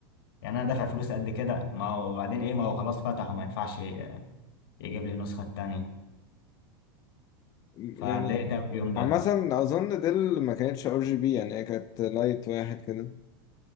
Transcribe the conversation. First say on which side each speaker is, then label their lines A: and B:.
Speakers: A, on the left (about 70°); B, on the left (about 30°).
A: يعني انا دافع فلوس قد كده ما هو بعدين ايه ما هو خلاص فتحه ما ينفعش يجيب لي النسخه التانيه
B: يعني
A: فاتضايقت قوي اليوم ده
B: عامة أظن ديل ما كانتش ار جي بي يعني هي كانت لايت واحد كده